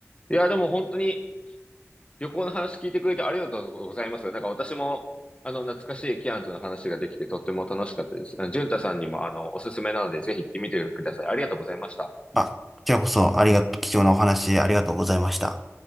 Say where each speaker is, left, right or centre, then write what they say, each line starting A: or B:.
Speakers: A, on the left; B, in the centre.
A: いや、でも本当に旅行の話聞いてくれてありがとうございます。なんか私も、あの、懐かしいキアンズの話ができてとっても楽しかったです。あの、ジュンタさんにも、あの、おすすめなので、ぜひ行ってみてください。ありがとうございました。
B: あ、こちらこそ、ありがと、貴重なお話ありがとうございました。